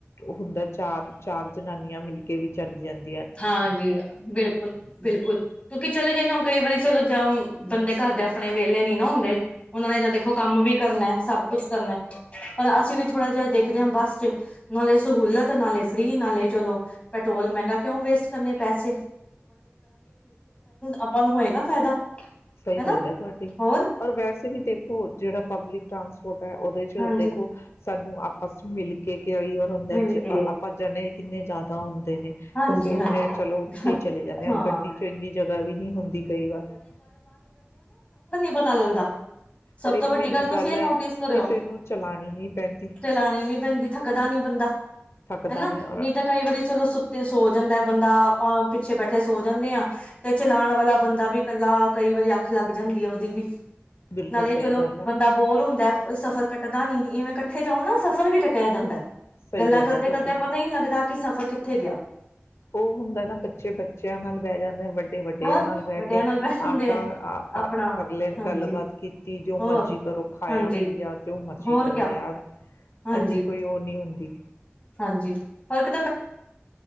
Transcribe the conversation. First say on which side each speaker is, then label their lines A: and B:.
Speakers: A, on the left; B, on the left.
A: ਹੁੰਦਾ ਚਾਰ ਚਾਰ ਜਨਾਨੀਆਂ ਮਿਲ ਕੇ ਵੀ ਚਲ ਜਾਂਦੀ।
B: ਹਾਂਜੀ ਬਿਲਕੁਲ ਬਿਲਕੁਲ, ਕਿਉਂਕਿ ਚਲੇ ਜ ਨਾ ਕਈ ਵਾਰੀ ਚਲੋ ਜਾਮ ਬੰਦੇ ਘਰ ਦੇ ਆਪਣੇ ਵਿਹਲੇ ਨੀ ਨਾ ਹੁੰਦੇ। ਉਹਨਾਂ ਨੇ ਤਾਂ ਦੇਖੋ ਕੰਮ ਵੀ ਕਰਨਾ ਸਭ ਕੁਛ ਕਰਨਾ ਪਰ ਅਸੀਂ ਵੀ ਥੋੜਾ ਜੇਹਾ ਦੇਖਦੇ ਹਾਂ ਬੱਸ ਚ ਨਾਲੇ ਸਹੂਲਿਯਤ ਨਾਲੇ ਫਰੀ ਨਾਲੇ ਚਲੋ ਪੈਟਰੋਲ ਮੈੰਗਾ ਵੇਸਟ ਕਰਨੇਂ ਪੈ ਸੇ। ਆਪਾਂ ਨੂੰ ਹੋਏਗਾ ਫਾਇਦਾ
A: ਸਹੀ
B: ਹਨਾ
A: ਗੱਲ ਹੈ, ਤੁਹਾਡੀ
B: ਹੋਰ
A: ਔਰ ਵੈਸੇ ਵੀ ਦੇਖੋ ਜਿਹੜਾ ਪਬਲਿਕ ਟਰਾਂਸਪੋ ਰਟ ਹੈ, ਉਹਦੇ ਚ
B: ਹਾਂਜੀ
A: ਦੇਖੋ ਸਾਨੂੰ ਆਪ ਅਸੀ ਮਿਲ ਕੇ। ਕੀ ਐਈ ਐ ਹੁੰਦੈ
B: ਮਿਲ
A: ਚ
B: ਕੇ
A: ਆ ਆਪਾਂ ਜਣੇ ਕਿੰਨੇ ਜ਼ਿਆਦਾ ਹੁਣ ਦੇ ਨੇ
B: ਹਾਂਜੀ
A: ਤਾਂ, ਸੋਚਦੇ
B: ਹਾਂਜੀ
A: ਆਂ ਚਲੋ ਉੱਥੇ
B: ਹਾਂ,
A: ਚਲੇ ਜਾਂਦੇ ਗੱਡੀ 'ਚ ਇੰਨੀ ਜਗ੍ਹਾ ਵੀ ਨਹੀਂ ਹੁੰਦੀ ਕਈ ਵਾਰ
B: ਤਾ ਲੱਗਦਾ। ਸਭ
A: ਔਰ ਇੱਕ
B: ਤੋਂ
A: ਮੇਨ
B: ਵੱਡੀ ਗੱਲ ਤੁਸੀਂ ਇਹ
A: ਹੈ
B: ਨੋਟਿਸ ਕਰਿਓ
A: ਕਿਸੇ ਨੂੰ ਚਲਾਉਣੀ ਨਹੀਂ ਪੈਂਦੀ
B: ਚਲਾਣੀ ਨੀ ਪੈਂਦੀ ਥੱਕਦਾ ਨੀ ਬੰਦਾ
A: ਥੱਕਦਾ
B: ਹੈਨਾ,
A: ਔਰ
B: ਨਹੀਂ ਤਾਂ ਕਈ ਵਾਰੀ ਚਲੋ ਸੁ ਸੋ ਜਾਂਦਾ ਬੰਦਾ, ਆਪਾਂ ਪਿੱਛੇ ਬੈਠੇ ਸੋ ਜਾਂਨੇ ਆਂ। ਤੇ ਚਲਾਣ ਵਾਲਾ ਬੰਦਾ ਵੀ ਇਕੱਲਾ, ਕਈ ਵਾਰੀ ਅੱਖ ਲੱਗ ਜਾਂਦੀ ਹੈ ਉਹਦ ਦੀ ਵੀ।
A: ਬਿਲਕੁਲ
B: ਨਾਲੇ
A: ਸਹੀ
B: ਚਲੋ‌
A: ਗੱਲ ਆ।
B: ਬੰਦਾ ਬੋਰ ਹੁੰਦਾ ਸਫ਼ਰ ਕੱਟਦਾ ਨੀ। ਇਵੇਂ ਕੱਠੇ ਜਾਓ ਨਾ ਸਫ਼ਰ ਵੀ ਕੱਟਿਆ ਜਾਂਦੈ।
A: ਸਹੀ
B: ਗੱਲਾਂ
A: ਗੱਲ
B: ਕਰਦੇ
A: ਹੈ ਤੁਹਾਡੀ।
B: ਕਰਦੇ ਪਤਾ ਹੀ ਨੀ ਲੱਗਦਾ ਕਿ ਸਫ਼ਰ ਕਿਥ ਕਿੱਥੇ ਗਿਆ।
A: ਓਹ ਹੁੰਦਾ ਨਾ ਬੱਚੇ ਬੱਚਿਆਂ ਨਾਲ ਬਹਿ ਜਾਂਦੇ ਐ ਵੱਡੇ ਵੱਡਿਆਂ
B: ਹੋਰ
A: ਨਾਲ ਬਹਿ
B: ਵੱਡਿਆਂ
A: ਕੇ,
B: ਨਾਲ ਬਹਿ ਜਾਂਦੇ
A: ਆਪਦਾ ਆ
B: ਆਪਣਾ
A: ਆ ਕਰ ਲੈ
B: ਹਾਂਜੀ
A: ਗੱਲਬਾਤ ਕੀਤੀ, ਜੋ
B: ਹੋਰ
A: ਮਰਜ਼ੀ ਕਰੋ, ਖਾਇਆ
B: ਹਾਂਜੀ
A: ਪੀਆ ਜੋ ਮਰਜ਼ੀ
B: ਹੋਰ
A: ਕਰੋ,
B: ਕਿਆ
A: ਯਾਰ
B: ਹਾਂਜੀ।
A: ਏਨੀ ਕੋਈ ਉਹ ਨਹੀਂ ਹੁੰਦੀ।
B: ਹਾਂਜੀ ਫ਼ਰਕ